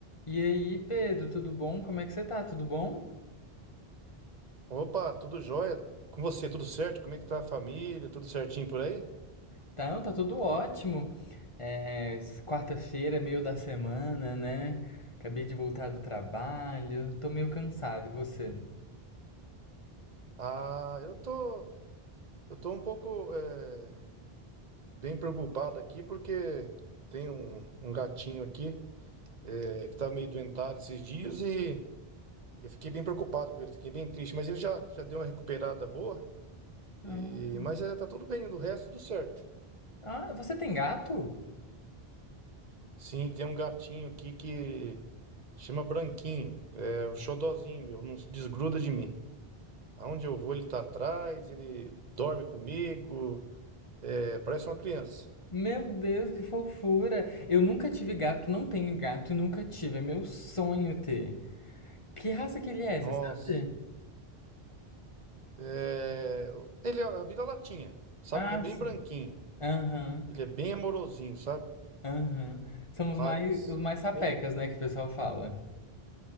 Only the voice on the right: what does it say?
Opa, tudo jóia? Com você, tudo certo? Como é que tá a família? Tudo certinho por aí?
Ah, eu tô, eu tô um pouco eh, bem preocupado aqui porque tem um, um gatinho aqui eh, que tá meio doentado esses dias e eu fiquei bem preocupado com ele, fiquei bem triste, mas ele já, já deu uma recuperada boa,
e, mas eh, tá tudo bem, do resto tudo certo.
Sim, tem um gatinho aqui que chama Branquinho, é um xodozinho meu, não se desgruda de mim. Aonde eu vou, ele tá atrás, ele dorme comigo, é, parece uma criança.
Nossa.
É, ele é- vira latinha, sabe?
Ele é bem
branquinho,
ele é bem amorosinho, sabe?
Mas
tem,